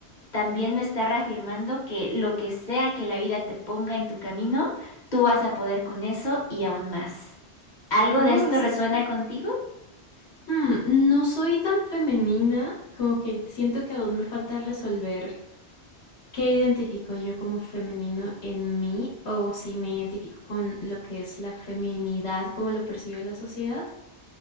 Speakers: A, on the left; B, on the left.
A: también me está reafirmando que lo que sea que la vida te ponga en tu camino, tú vas a poder con eso y aún más. ¿Algo
B: Oh,
A: de esto
B: eso
A: resuena
B: suena increíble.
A: contigo?
B: Hmm, no soy tan femenina, como que siento que aún me falta resolver ¿Qué identifico yo como femenino en mí o si me identifico con lo que es la feminidad, como lo percibe la sociedad?